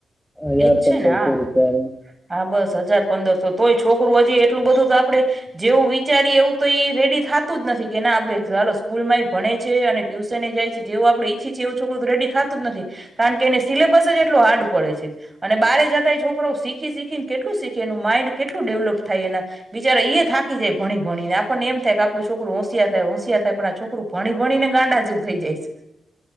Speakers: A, in the centre; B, on the right.
A: હજાર
B: એજ
A: પંદરસો
B: છે ને હા
A: રૂપિયાનું...
B: હા બસ હજાર પંદરસો તોય છોકરું હજી એટલું બધું તો આપણે જેવું વિચારીએ એવું તો એ રેડી થાતું જ નથી, કે ના આપડે ચાલો સ્કૂલમાં એ ભણે છે, અને ટ્યુશને જાય છે, જેવું આપડે ઈચ્છીએ છે એવું છોકરું તો રેડી થાતું જ નથી, કારણ કે એને સિલેબસ જ એટલો હાર્ડ પડે છે. અને બારે જતાય એ છોકરો શીખી શીખીને કેટલું શીખે, એનું માઈન્ડ કેટલું ડેવલપ થાય, એના બિચારા ઈ એ થાકી જાય ભણી ભણી ને, આપણને એમ થાય કે આપણું છોકરું હોંશિયાર થાય, હોંશિયાર થાય પણ આ છોકરું ભણી ભણીને ગાંડા જેવું થઈ જાય છે.